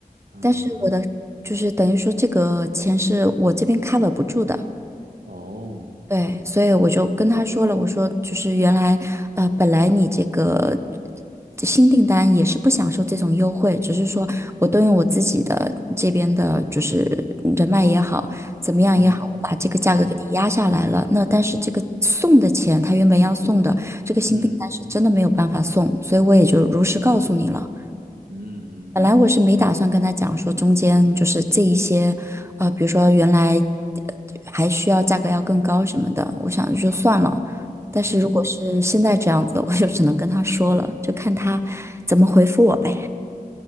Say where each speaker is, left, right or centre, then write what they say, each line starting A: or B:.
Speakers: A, on the right; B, on the right.
A: 啊
B: 但是我的就是等于说这个钱是我这边 cover 不住的。
A: 哦
B: 对，所以我就跟他说了，我说就是原来，呃，本来你这个这新订单也是不享受这种优惠，只是说我动用我自己的这边的，就是人脉也好，怎么样也好，
A: 嗯嗯
B: 我把这个价格给你压下来了。那但是这个送的钱，他原本要送的这个新订单是真的没有办法送，
A: 嗯
B: 所以我也就如实告诉你了。
A: 嗯嗯
B: 本来我是没打算跟他讲说中间就是这一些，呃，比如说原来呃还需要价格要更高什么的，我想就算了。但是如果是现在这样子，
A: 嗯。
B: 我就只能跟他说了，就看他怎么回复我呗。